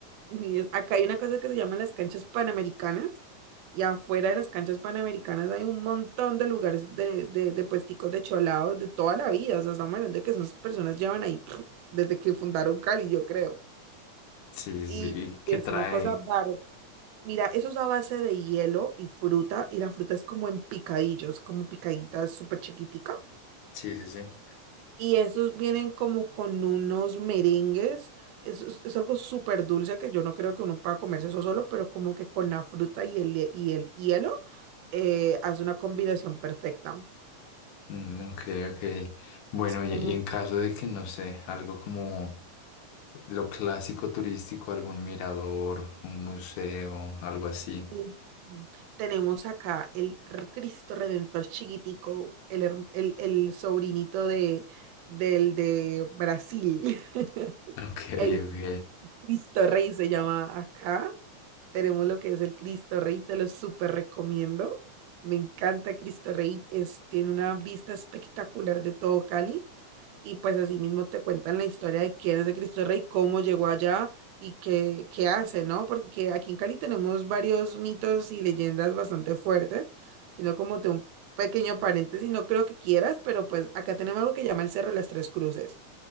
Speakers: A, on the right; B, on the left.
A: Y es- acá hay una cosa que se llama las canchas panamericanas y afuera de las canchas panamericanas hay un montón de lugares de, de, de puesticos de cholaos de toda la vida. O sea, estamos hablando de que esas personas llevan ahí <smacks lips> desde que fundaron Cali, yo creo.
B: Sí,
A: Y
B: sí, sí. y que
A: es
B: trae,
A: una cosa bárbara. Mira, eso es a base de hielo y fruta y la fruta es como en picadillos, como picaditas súper chiquitica.
B: sí, sí, sí.
A: Y esos vienen como con unos merengues. Es, es- es algo súper dulce que yo no creo que uno pueda comerse eso solo, pero como que con la fruta y el, hie- y el hielo eh, hace una combinación perfecta.
B: Mm, ok, ok. Bueno,
A: Es
B: y,
A: como-
B: y en caso de que, no sé, algo como lo clásico turístico, algún mirador, un museo, algo así.
A: eh, Tenemos acá el r- Cristo Redentor chiquitico, el, herm- el, el sobrinito de, del de Brasil. <laughs>
B: Ok,
A: el
B: ok.
A: Cristo Rey se llama acá. Tenemos lo que es el Cristo Rey, te lo súper recomiendo. Me encanta Cristo Rey, es, tiene una vista espectacular de todo Cali. Y pues así mismo te cuentan la historia de quién es el Cristo Rey, cómo llegó allá y qué, qué hace, ¿no? Porque aquí en Cali tenemos varios mitos y leyendas bastante fuertes, sino como de un pequeño paréntesis, no creo que quieras, pero pues acá tenemos algo que llama el Cerro de las Tres Cruces.